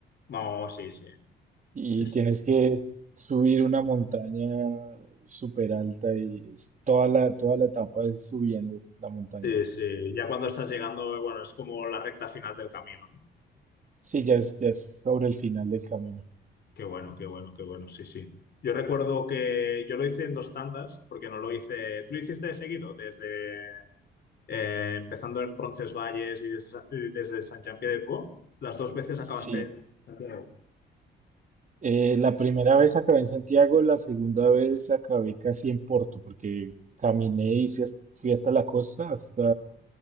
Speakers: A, on the left; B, on the right.
A: Vamos, sí, sí.
B: Y
A: Sí,
B: tienes
A: sí.
B: que subir una montaña súper alta y es- toda la, toda la etapa es subiendo la montaña.
A: Sí, sí, ya cuando estás llegando, bueno, es como la recta final del camino, ¿no?
B: Sí, ya es, ya es sobre el final del camino.
A: Qué bueno, qué bueno, qué bueno, sí, sí. Yo recuerdo que yo lo hice en dos tandas, porque no lo hice, tú lo hiciste de seguido, desde eh, empezando en Roncesvalles y desde, Sa- y desde San de Po, las dos veces acabaste
B: Sí.
A: en Santiago.
B: Eh, la primera vez acabé en Santiago, la segunda vez acabé casi en Porto, porque caminé y sí es- fui hasta la costa, hasta